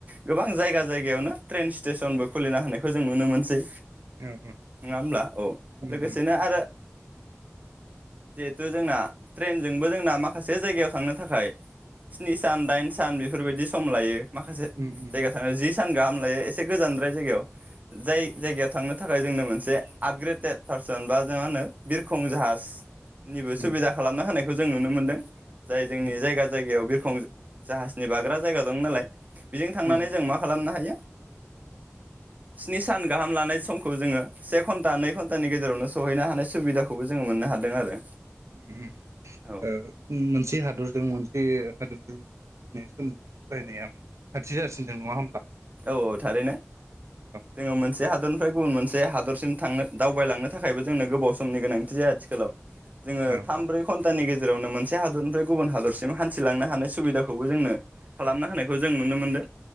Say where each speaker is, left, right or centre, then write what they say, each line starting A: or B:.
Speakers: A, on the right (about 35°); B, on the right (about 80°).
A: गोबां जायगा जायगायावनो ट्रेन स्टेसनबो खुलिना होनायखौ जों नुनो मोनसै
B: औ
A: नङा होमब्ला औ
B: उम
A: लोगोसेनो आरो जिहेथु जोंना ट्रेनजोंबो जोंना माखासे जायगायाव थांनो थाखाय स्नि सान दाइन सान बेफोरबायदि सम लायो माखासे
B: उम उम
A: जायगा थाङो जि सान गाहाम दायो एसे गोजानद्राय जायगायाव जाय जायगायाव थांनो थाखाय जोंनो मोनसे आपग्रेडेड पार्सन बा जों मा होनो बिरखं जाहाज निबो
B: उम
A: सुबिदा खालामना होनाय खौ जों नुनो मोनदों जाय
B: उम
A: जोंनि जायगा जायगायाव बिर खं जाहाजनि बाग्रा जायगा दं नालाय बेजों थांनानै
B: उम
A: जों मा खालामनो हायो स्नि सान गाहाम लानाय समखौ जोङो से घनटा नै घनटानि गेजेरावनो सहैनो हानाय सुबिदाखौबो जोङो मोननो हादों आरो
B: उ
A: औ
B: ओ उम मोनसे हादरजों मोन बे हादरजों <inaudible> खाथि जासिनदों नङा होमबब्ला।
A: औ औ थारैनो
B: औ
A: जोङो मोनसे हादर ओमफ्राय गुबुन मोनसे हादरसिम थांनो दावबायलांनो थाखायबो जोंनो गोबाव समनि गोनांथि जाया आथिखालाव। जोङो
B: औ
A: थाम
B: औ
A: ब्रै घन्टानि गे जेरावनो मोनसे हादरनिफ्राय गुबुन हादरसिम हान्थिलांनो हानाय सुबिदाखौबो जोंनो खालामना होनायखौ जों नुनो मोनदों।